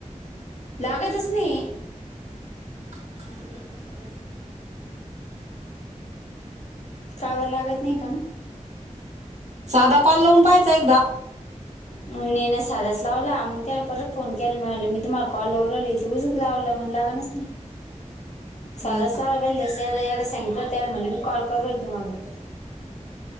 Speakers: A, on the left; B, on the right.
A: लागतच नाही
B: <inaudible>
A: का बर लागत नाही कण
B: साधा कॉल लावुन पाहायचा एकदा
A: नई ना साधाच लावला मग त्या परत फोन केला मी म्हणल मी तुम्हाला कॉल लाऊ राहिले ते उजूक लावलं मन लागणच नई
B: <inaudible>
A: साधाच
B: नाही का
A: लावला पहिल एवढ सांगितलं त्या म्हणे मी कॉल करू राहिले तुम्हाला